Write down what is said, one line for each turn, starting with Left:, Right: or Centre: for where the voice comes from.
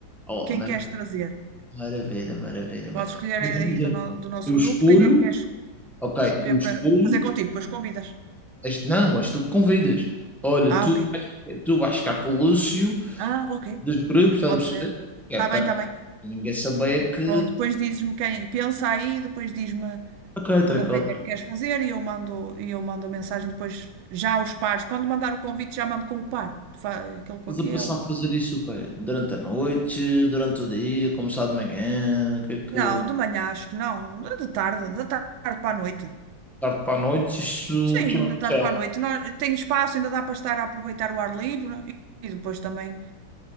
Centre: Oh,
Right: quem
Centre: maravilha,
Right: queres trazer.
Centre: maravilha, maravilha. mar-
Right: Podes escolher
Centre: Mas
Right: aí
Centre: imagina,
Right: do, no- do nosso
Centre: Eu escolho,
Right: grupo quem é que queres
Centre: ok,
Right: escolher
Centre: eu escolho,
Right: para fazer contigo, depois convidas.
Centre: este, não, és tu que convidas. Olha,
Right: Ah,
Centre: tu,
Right: ok.
Centre: vais- tu vais ficar com o Lúcio
Right: Ah, ok.
Centre: dos grupos, estás
Right: Pode
Centre: a perceber?
Right: ser.
Centre: Que
Right: Está
Centre: é para
Right: bem, está bem.
Centre: ninguém saber que.
Right: Pronto, depois dizes-me quem. Pensa aí, depois diz-me
Centre: Ok, treco,
Right: com quem
Centre: Tracó.
Right: é que queres fazer e eu mando, e eu mando a mensagem depois já os pares. Quando mandar o convite, já mando com o par. Tu fa- Aquele com
Centre: Estás
Right: aquele.
Centre: a passar a fazer isso o quê? Durante a noite, durante o dia, começar de manhã, o que é que.
Right: Não, de manhã acho que não. De tarde, da tarde para a noite.
Centre: Tarde para a noite, isso
Right: Sim,
Centre: que horas
Right: da
Centre: são?
Right: tarde para a noite. Nós- Tem espaço, ainda dá para estar a aproveitar o ar livre e e depois também